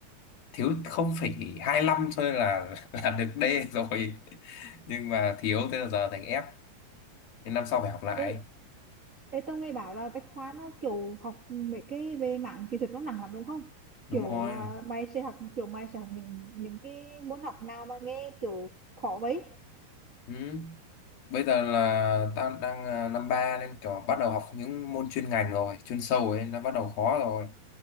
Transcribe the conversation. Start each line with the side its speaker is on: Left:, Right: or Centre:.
Left: thiếu 0,25 thôi là <laughs> là được D rồi nhưng mà thiếu thế là giờ thành F nên năm sau phải học lại
Right: Ê, ê tao nghe bảo là Bách Khoa nó kiểu học mấy cái về mảng kỹ thuật nó nặng lắm đúng không?
Left: đúng
Right: Kiểu
Left: rồi
Right: là mày sẽ học kiểu mày sẽ học những những cái môn học nào mà nghe kiểu khó vậy?
Left: ừ. Bây giờ là tao đang à, năm ba nên kiểu bắt đầu học những môn chuyên ngành rồi, chuyên sâu ấy nó bắt đầu khó rồi.